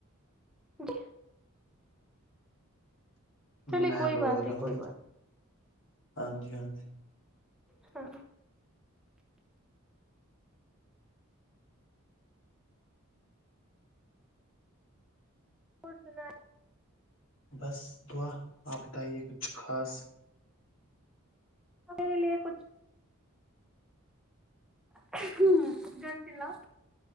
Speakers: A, in the centre; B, on the left (about 60°).
A: جی چلیے
B: میں
A: کوئی
B: بول
A: بات نہیں
B: رہا ہوں
A: کوئی بات
B: ہاں جی ہاں جی
A: ہاں اور سناے
B: بس دعا آپ بتائیے کچھ خاص
A: میرے لیے کچھ ہ جا چلاؤ